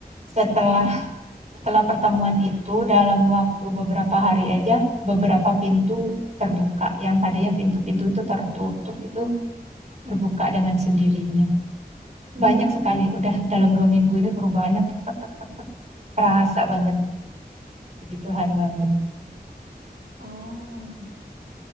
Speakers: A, on the right; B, on the right.
A: setelah
B: heeh,
A: setelah pertemuan itu dalam waktu beberapa hari aja beberapa pintu terbuka yang tadinya pintu-pintu itu tertutup itu terbuka dengan sendirinya
B: hmm,
A: banyak sekali. Udah dalam dua minggu ini perubahannya tek, tek, tek, terasa banget. Puji Tuhan banget. <laughs>
B: oh,